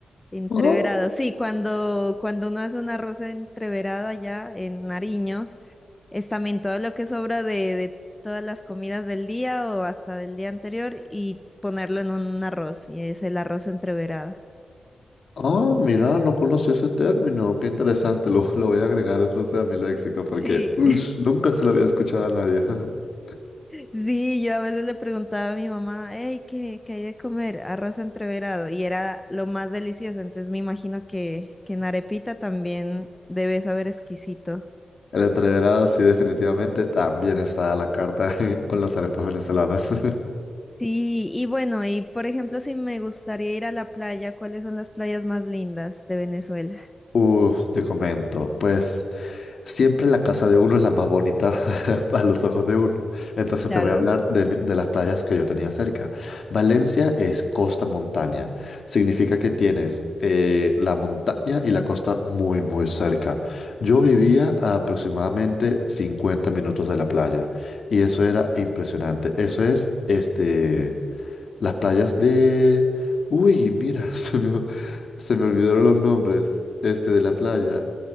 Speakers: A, on the left; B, on the left.
A: Entreverado.
B: Oh,
A: Sí, cuando, cuando uno hace un arroz entreverado allá en Nariño. es también todo lo que sobra de, de todas las comidas del día o hasta del día anterior y ponerlo en un arroz, y es el arroz entreverado.
B: oh, mira, no conocí ese término. Qué interesante. Lo, lo voy a agregar entonces a mi léxico porque
A: Sí,
B: ush, nunca se lo había escuchado a nadie. <laughs>
A: <laughs> sí, yo a veces le preguntaba a mi mamá, hey, ¿qué, qué hay de comer? Arroz entreverado, y era lo más delicioso, entonces me imagino que, que en arepita también debe saber exquisito.
B: El entreverado, sí, definitivamente también está a la carta <laughs> con las arepas venezolanas. <laughs>
A: Sí, y bueno, y por ejemplo, si me gustaría ir a la playa, ¿cuáles son las playas más lindas de Venezuela?
B: Uf, te comento. Pues. Siempre la casa de uno es la más bonita <laughs> a los ojos de uno. Entonces
A: Claro,
B: te voy a hablar de, mi- de las playas que yo tenía cerca. Valencia es costa-montaña. Significa que tienes eh, la montaña y la costa muy, muy cerca. Yo vivía a aproximadamente 50 minutos de la playa y eso era impresionante. Eso es este, las playas de... Uy, mira, <laughs> se me, se me olvidaron los nombres este, de la playa.